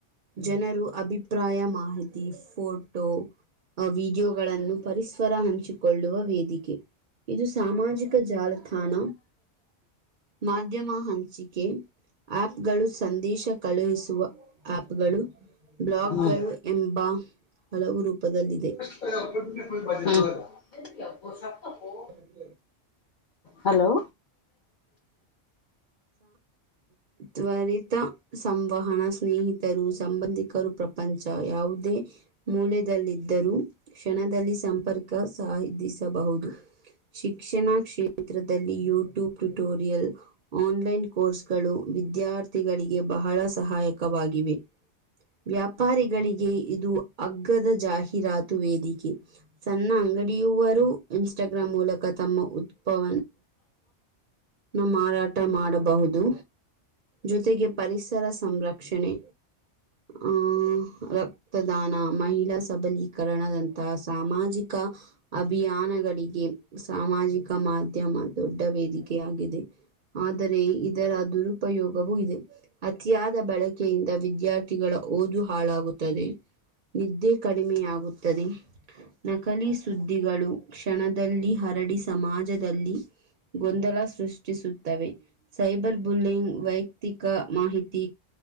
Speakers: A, on the right; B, on the left.
A: ಜನರು ಅಭಿಪ್ರಾಯ ಮಾಹಿತಿ ಫೋಟೋ ಆ ವಿಡಿಯೋಗಳನ್ನು ಪರಿಸರ ಹಂಚಿಕೊಳ್ಳುವ ವೇದಿಕೆ ಇದು ಸಾಮಾಜಿಕ ಜಾಲತಾಣ ಮಾಧ್ಯಮ ಹಂಚಿಕೆ ಆಪ್ ಗಳು ಸಂದೇಶ ಕಳುಹಿಸಿ ಆಪ್ಗಳು ಬ್ಲಾಗ್ಗಳು
B: ಹ್ಮ್
A: ಎಂಬ ಹಲವು ರೂಪದಲ್ಲಿದೆ
B: ಬ
A: ಹ
B: ಹಲೋ
A: ತ್ವರಿತ ಸಂವಹಣ ಸ್ನೇಹಿತ ಸಂಬಂಧಿಕರು ಪ್ರಪಂಚ ಯಾವುದೇ ಮೂಲದಲ್ಲಿದ್ದರೂ ಕ್ಷಣದಲ್ಲಿ ಸಂಪರ್ಕ ಸಾಹಧಿಸಬಹುದು ಶಿಕ್ಷಣ ಕ್ಷೇತ್ರದಲ್ಲಿ ಯೂಟ್ಯೂಬ್ ಟ್ಯುಟೋರಿಯಲ್ ಆನ್ಲೈನ್ ಕೋರ್ಸ್ಗಳು ವಿದ್ಯಾರ್ಥಿಗಳಿಗೆ ಬಹಳ ಸಹಾಯಕವಾಗಿವೆ ವ್ಯಾಪಾರಿಗಳಿಗೆ ಇದು ಅಗ್ಗದ ಜಾಹೀರಾತು ವೇದಿಕೆ ಸಣ್ಣ ಅಂಗಡಿಯುವವರು ಇನ್ಸ್ಟಾಗ್ರಾಂ್ ಮೂಲಕ ತಮ್ಮ ಉತ್ಪವ ನ ಮಾರಾಟ ಊಟ ಮಾಡಬಹುದು ಜೊತೆಗೆ ಪರಿಸರ ಸಂರಕ್ಷಣೆ ಹ್ಮ ಅಲ್ಲ ತದಾನ ಮಹಿಳಾ ಸಬಲೀಕರಣದಂಹ ಸಾಮಾಜಿಕ ಅಭಿಯಾನಗಳಿಗೆ ಸಾಮಾಜಿಕ ಮಾಧ್ಯಮ ದೊಡ್ಡ ವೇದಿಕೆಯಾಗಿದೆ ಆದರೆ ಇದರ ದುರುಪಯೋಗವೂ ಇದೆ ಅತಿಯಾದ ಬಳಕೆಯಿಂದ ವಿದ್ಯಾರ್ಥಿಗಳ ಓದು ಹಾಳಾಗುತ್ತದೆ ನಿದ್ದೆ ಕಡಿಮೆಯಾಗುತ್ತದೆ ನಕಲಿ ಸುದ್ದಿಗಳು ಕ್ಷಣದಲ್ಲಿ ಹರಡಿ ಸಮಾಜದಲ್ಲಿ ಗೊಂದಲ ಸೃಷ್ಟಿಸುತ್ತವೆ ಸೈಬರ್ ಬುಲ್ಲಿಂಗ್ ವೈಯಕ್ತಿಕ ಮಾಹಿತಿ